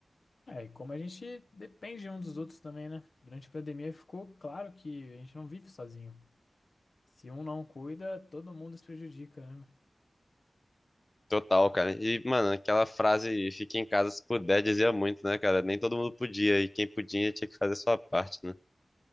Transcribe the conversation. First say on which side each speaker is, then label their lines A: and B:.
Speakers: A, on the left (about 70°); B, on the left (about 30°).
A: É, e como a gente depende um dos outros também, né? Durante a pandemia ficou claro que a gente não vive sozinho. Se um não cuida, todo mundo se prejudica, né?
B: Total, cara. E, mano, aquela frase, fique em casa se puder, dizia muito, né, cara? Nem todo mundo podia, e quem podia tinha que fazer a sua parte, né?